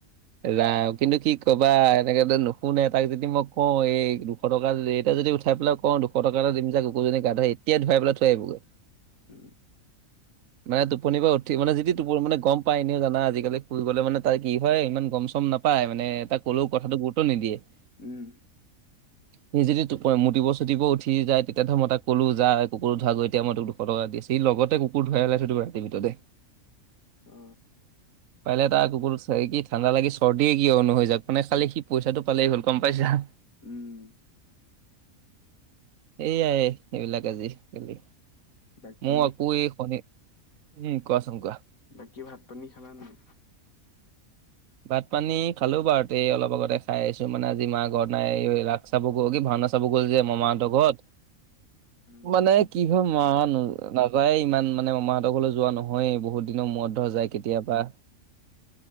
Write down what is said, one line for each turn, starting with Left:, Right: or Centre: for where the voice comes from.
Right: ৰাম কিন্তু কি ক'বা এনেকে নুশুনে। তাক যদি মই কওঁ এই এশ টকা এতিয়া যদি উঠাই পেলাই কওঁ দুশ টকা এটা দিম যা কুকুৰজনী গা ধোৱা, এতিয়া ধুৱাই পেলাই থৈ আহিব গৈ।
Left: উম।
Right: <inaudible> মানে টোপনিৰ পৰা উঠি মানে যিটো টোপনি মানে গ'ম পায় এনেও জানা আজিকালি শুই গ'লে মানে কি হয় ইমান গ'ম চম নাপাই মানে এই তাক ক'লেও কথাটো গুৰুত্ব নিদিয়ে।
Left: উম।
Right: <inaudible> সি যদি মুতিব চুটিব উঠি যায়। তেতিয়া ধৰ মই তাক কলোঁ যা কুকুৰো ধোঁৱা গৈ তেতিয়া মই তোক দুশ দুশ টকা দিছো সি লগতে কুকুৰ ধুৰাই পেলাই থৈ দিব ৰাতিটো ভিতৰতে।
Left: অ
Right: পাৰিলে এটা কুকুৰ এটা চেৰেকি ঠাণ্ডা লাগি চৰ্দিয়ে কিয় নো হৈ যাওঁক মান খালি সি পইচাটো পালেই হ'ল গ'ম পাইছা।
Left: উম
Right: এইয়া সেইবিলাক আজি কালি
Left: বাকী
Right: মোৰ আকৌ এই শনি উম, কোৱাচোন কোৱা।
Left: বাকী ভাত পানী খালা নাই?
Right: ভাত পানী খালোঁ বাৰু তেই অলপ আগতে খাই আহিছোঁ মানে আজি মা ঘৰত নাই। চাব গ'ল কি ভাওনা চাব গ'ল যে মামাহঁতৰ ঘৰত
Left: উম
Right: মানে কি হয় মামা ঘৰত নাযায় ইমান মানে মামাহঁতক ঘৰলৈ যোৱা নহয়। বহুত দিনৰ মূৰত ধৰা যায় কেতিয়াবা।